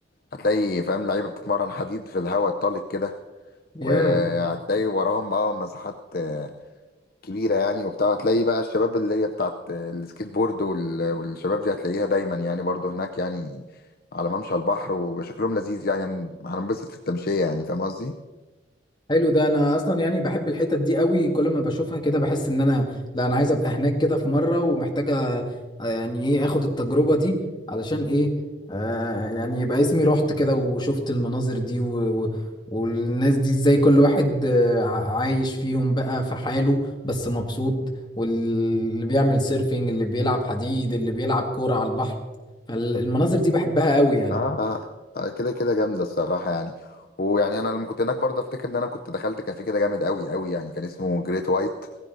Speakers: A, on the left; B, on the left.
A: هتلاقي فاهم اللعيبة بتتمرن حديد في الهواء الطلق كده
B: ياه
A: وهتلاقي وراهم بقى مساحات آه، كبيرة يعني وبتاع هتلاقي بقى الشباب اللي هي بتاعت السكيت بورد وال... والشباب دي هتلاقيها دايما يعني برضو هناك يعني على ممشى البحر وشكلهم لذيذ يعني هننبسط في التمشية يعني فاهم قصدي؟
B: حلو ده انا اصلا يعني بحب الحتت دي قوي كل ما بشوفها كده بحس ان انا لا انا عايز ابقى هناك كده في مره ومحتاجه آه، يعني ايه اخد التجربه دي علشان ايه آه يعني يبقى اسمي رحت كده وشفت المناظر دي و و والناس دي ازاي كل واحد آه، ع- عايش فيهم بقى في حاله بس مبسوط واللي بيعمل سيرفينج اللي بيلعب حديد اللي بيلعب كوره على البحر فالمناظر دي بحبها قوي يعني
A: اه اه آه، كده كده جامده الصراحه يعني ويعني انا لما كنت هناك برضه افتكر ان انا كنت دخلت كافيه كده جامد قوي قوي يعني كان اسمه جريت وايت